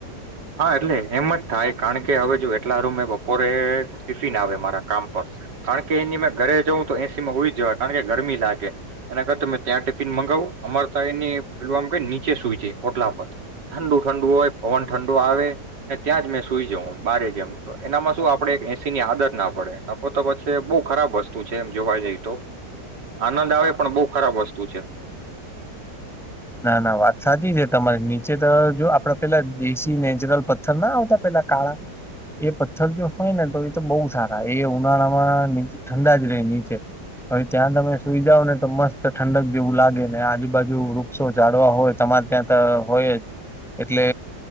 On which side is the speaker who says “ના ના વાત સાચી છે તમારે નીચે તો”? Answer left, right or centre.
Centre